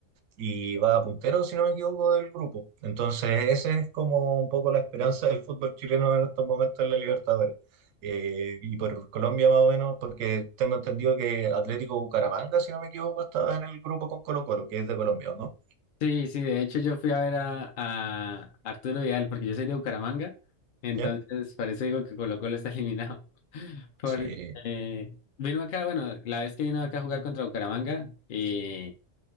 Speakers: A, on the right; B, on the left.
A: y va puntero, si no me equivoco, del grupo. Entonces, esa es como un poco la esperanza del fútbol chileno en estos momentos en la Libertadores. Eh, y por Colombia más o menos, porque tengo entendido que Atlético Bucaramanga, si no me equivoco, estaba en el grupo con Colo-Colo, que es de Colombia, ¿o ¿no?
B: Sí, sí, de hecho yo fui a ver a, a Arturo Vidal porque yo soy de Bucaramanga, entonces
A: ¿Ya?
B: parece digo que Colo-Colo está eliminado. <laughs> Porque
A: Sí,
B: vino acá, bueno, la vez que vino acá a jugar contra Bucaramanga, eh,